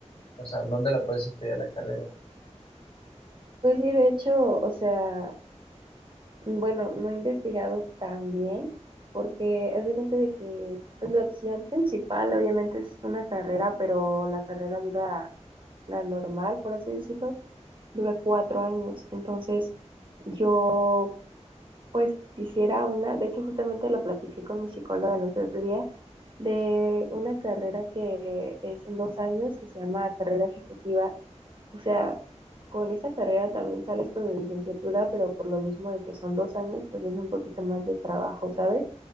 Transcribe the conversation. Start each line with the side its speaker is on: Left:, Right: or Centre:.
Left: o sea, en dónde la puedes estudiar la carrera.
Right: Pues sí, de hecho, o sea, Bueno, no he investigado tan bien porque haz de cuenta de que pues, la opción principal obviamente es una carrera, pero la carrera dura, la normal, por así decirlo, dura cuatro años. Entonces yo pues quisiera una, de hecho justamente lo platiqué con mi psicóloga el otro día, de una carrera que es en dos años que se llama carrera ejecutiva o sea, con esa carrera también sales con la licenciatura, pero por lo mismo de que son dos años, pues es un poquito más de trabajo, ¿sabes?